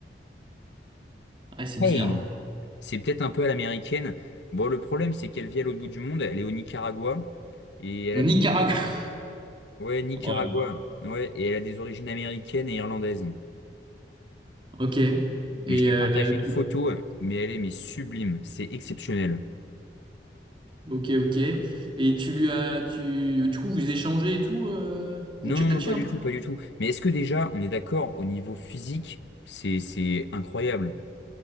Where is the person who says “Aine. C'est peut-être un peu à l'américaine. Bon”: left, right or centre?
Left